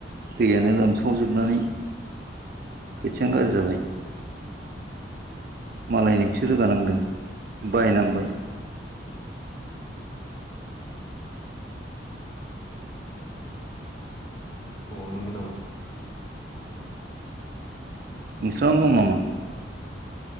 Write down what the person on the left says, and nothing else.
अ' नंगौ नामा?